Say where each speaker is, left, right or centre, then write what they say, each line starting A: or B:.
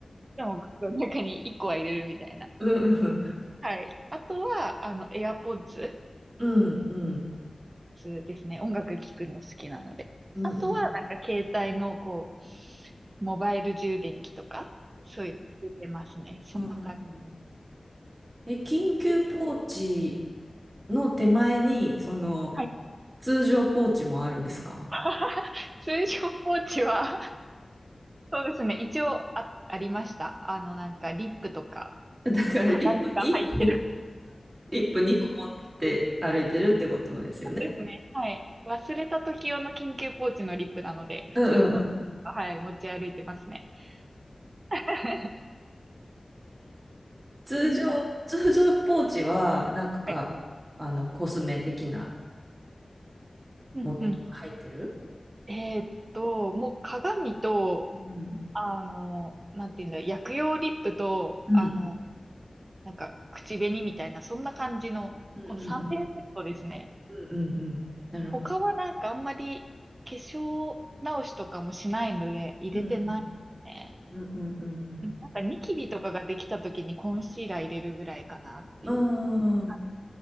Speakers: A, on the right; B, on the right.
A: でもバッグの中に1個は入れるみたいな。
B: うん。
A: はい。あとは、あの、AirPods。
B: うん。うん。うん。
A: p ですね。音楽聴くの好きなので。
B: うん。
A: あとは、
B: うん。うんうん
A: なんか携帯の、こう、モバイル充電器とか、そういうの出てますね。そんな感じ。
B: うんうんえ、緊急ポーチの手前に、その、
A: はい。
B: 通常ポーチもあるんですか
A: <laughs> 通常ポーチは、そうですね。一応あ、ありました。あの、なんか、リップとか、
B: <laughs> だからリップ2個、
A: 鏡が入ってる。
B: リップ2個持って歩いてるってことですよね。
A: そうですね。はい。忘れた時用の緊急ポーチのリップなので、普通の、
B: うんうんうん。
A: はい、持ち歩いてますね。<laughs>
B: 通常、
A: そんな
B: 通常ポーチは、なんか、
A: はい
B: あの、コスメ的な
A: うんうん。
B: ものとか入ってる
A: えーっと、もう鏡と、
B: うん。
A: あの、なんていうんだ、薬用リップと、
B: うん
A: あの、なんか、口紅みたいな、そんな感じの、この3点セットですね。
B: うんうんうんうんうん。なるほど。
A: 他はなんかあんまり化粧直しとかもしないので入れてないね。
B: うんうんうんうんうんうん。
A: うんなんかニキビとかができた時にコンシーラー入れるぐらいかなっていう。
B: う
A: あ、
B: んん